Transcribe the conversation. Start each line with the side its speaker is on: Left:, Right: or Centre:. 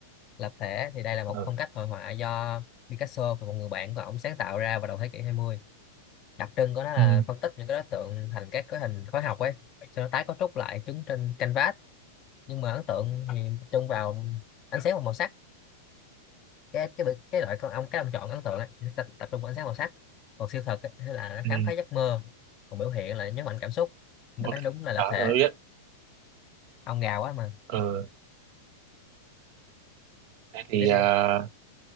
Left: lập thể thì đây là một
Right: ừ.
Left: phong cách hội họa do Picasso và một người bạn của ông sáng tạo ra vào đầu thế kỷ 20 đặc trưng của nó là
Right: Ừ.
Left: phân tích những cái đối tượng thành các cái hình khối học ấy sau đó tái cấu trúc lại chúng trên canvas nhưng mà ấn tượng thì tập trung vào ánh sáng và màu sắc cái cái cái loại con ong cái ông chọn ấn tượng ấy, nó sẽ tập trung vào ánh sáng màu sắc còn siêu thực ấy, hay là nó
Right: Ừ.
Left: khám phá giấc mơ còn biểu hiện là nhấn mạnh cảm xúc nó
Right: ok
Left: thấy đúng là lập
Right: đó
Left: thể
Right: tôi biết
Left: ông gà quá mà
Right: ừ. thế thì
Left: tiếp
Right: à,
Left: đi